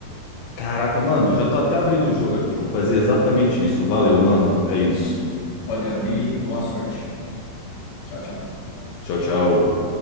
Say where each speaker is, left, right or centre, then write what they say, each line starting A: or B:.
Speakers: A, on the left; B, on the left.
A: Caraca, mano, eu já tô até abrindo o jogo aqui. Vou fazer exatamente isso. Valeu, mano. É isso.
B: Pode abrir, boa sorte. Tchau, tchau.
A: Tchau, tchau.